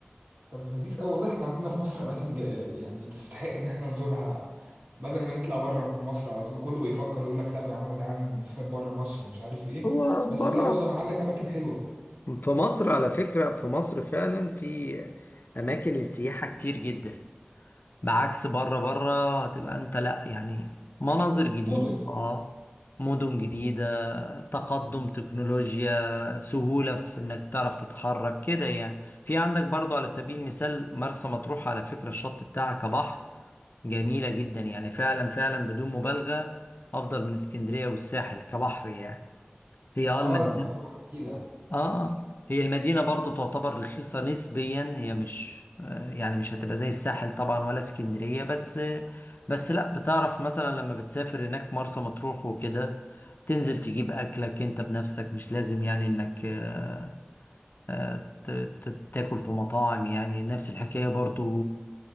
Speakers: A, on the right (about 40°); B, on the left (about 55°).
A: طب لذيذ قوي والله احنا عندنا في مصر أماكن ج- آه، يعني تستحق إن احنا نزورها بدل ما نطلع بره مصر على طول كله بيفكر يقول لك لا يا عم تعالى نسافر بره مصر ومش عارف ايه
B: هو
A: بس
B: بره
A: لا والله عندك أماكن حلوة
B: في مصر على فكرة في مصر فعلا في أماكن للسياحة كتير جدا بعكس بره بره هتبقى انت لا يعني مناظر جديدة
A: مدن
B: اه مدن جديدة تقدم تكنولوجيا سهولة في انك تعرف تتحرك كده يعني في عندك برضو على سبيل المثال مرسى مطروح على فكرة الشط بتاعها كبحر جميلة جدا يعني فعلا فعلا بدون مبالغة افضل من اسكندرية والساحل كبحر يعني هي اه المدينة
A: اه لا مطروح جميلة
B: اه هي المدينة برضو تعتبر رخيصة نسبيا هي مش آه، يعني مش هتبقى زي الساحل طبعا ولا اسكندرية بس آه، بس لا بتعرف مثلا لما بتسافر هناك مرسى مطروح وكده تنزل تجيب أكلك انت بنفسك مش لازم يعني انك آه، آه، ت- ت- تاكل في مطاعم يعني نفس الحكاية برضو